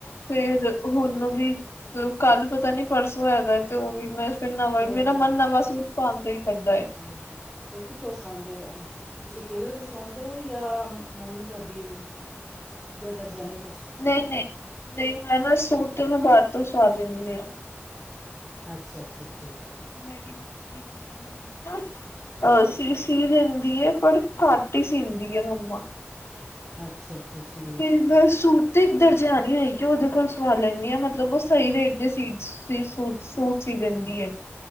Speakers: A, on the left (about 75°); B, in the centre.
A: ਫੇਰ ਹੁਣ ਵੀ ਕੱਲ ਪਤਾ ਨੀ ਪਰਸੋਂ ਹੈਗਾ ਤੇ ਉਹ ਵੀ ਮੈਂ ਤੇ ਨਵਾਂ
B: ਫਿਰ
A: ਹੀ ਮੇਰਾ ਮਨ ਨਵਾਂ ਸੂਟ ਪਾਨ ਤੇ ਹੀ ਕਰਦਾ ਏ।
B: ਹਾਂਜੀ ਫ ਕਿੱਥੋਂ ਸਵਾਉਦੇ ਹੋ। ਤੁਸੀਂ ਟੇਲਰ ਸਵਾਉਂਦੇ ਹੋ ਜਾਂ ਮੰਮੀ ਤੁਹਾਡੀ ਜਾਂ ਦਰਜਨੀ
A: ਨਹੀਂ-ਨਹੀਂ, ਨਹੀਂ ਮੈਂ ਨਾ ਸੂਟ ਤੇ ਮੈਂ ਬਾਹਰ ਤੋਂ ਸਵਾ ਦਿੰਦੀ ਹਾ।
B: ਅੱਛਾ-ਅੱਛਾ ਠੀਕ।
A: ਮੇਰੀ ਕੀ ਕਹਿੰਦੇ ਮੰਮੀ ਅਹ ਸੀ ਸੀ ਦਿੰਦੀ ਹੈ ਪਰ ਘੱਟ ਹੀ ਸੀਂਦੀ ਹੈ ਮੰਮਾ।
B: ਅੱਛਾ-ਅੱਛਾ ਠੀ
A: ਤੇ ਮੈਂ ਸੂਤੀ ਦਰਜਿਆਨੀ ਹੈਗੀ ਆ ਉਹਦੇ ਕੋਲ ਸਵਾ ਲੈਂਨੀ ਆਂ ਮਤਲਬ ਓਹ ਸਹੀ ਰੇਟ ਦੇ ਸੀ ਸੂਟ ਸੀ ਦਿੰਦੀ ਹੈ।